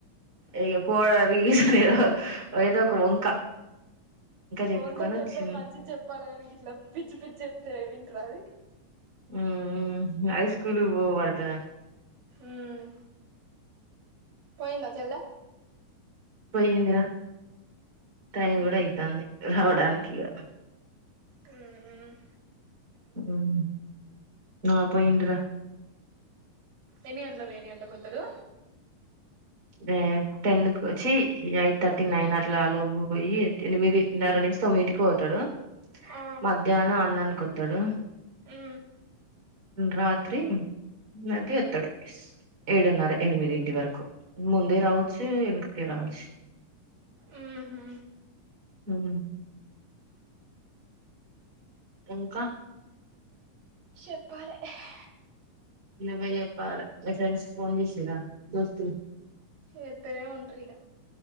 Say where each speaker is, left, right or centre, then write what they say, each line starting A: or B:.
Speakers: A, on the right; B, on the right.
A: ఇగ పోడ రీజన్ ఏదో ఏదొ ఒక వంక చెప్పుకొని
B: వంక చెప్పే
A: వచ్చింది
B: మంచిది చెప్పాలి గానీ గిట్ల పిచ్చి పిచ్చి చెప్తే వింట్రా అది
A: మ్హ్ హైస్కూలు పోవడతదన్
B: మ్ పోయిందా చెల్లె
A: పోయిందిరా టైం
B: ఉహు
A: గూడ అయితాంది రావడానికి ఇగ
B: హ్మ్
A: హ్మ్ ఆ పోయిందిరా
B: ఎన్ని గంట్లకు ఎన్ని గండ్లకు కొత్తాడు
A: ఏటెన్కు ఛీ ఎయిట్ థర్టీ నైన్ అట్లా లోపు పోయి ఎనిమిది న్నర నుంచి తొమ్మిటీకి పోతాడు
B: ఆ
A: మధ్యాహ్నం అన్ననికొతాడు.
B: హ్
A: రాత్రి నది అత్తడు ఏడున్నర ఎనిమిది ఇంటి వరకు ముందే రావచ్చు ఎనకకే రావచ్చు
B: ఉహు
A: ఉహ్ ఇంకా
B: చెప్పాలే హ
A: నువ్వె చెప్పాలే మీ ఫ్రెండ్స్ ఫోన్ చేసిరా దోస్తలు
B: చేత్తనే ఉంట్రిగా